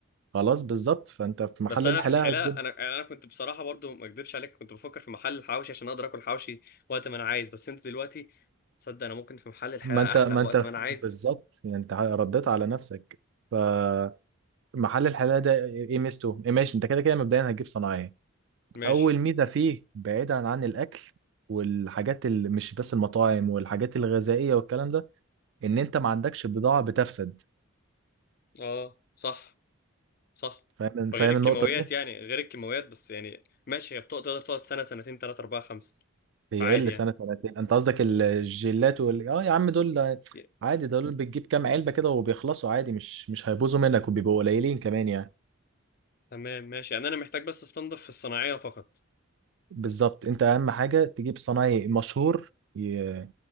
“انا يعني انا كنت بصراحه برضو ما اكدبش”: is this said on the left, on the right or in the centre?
Left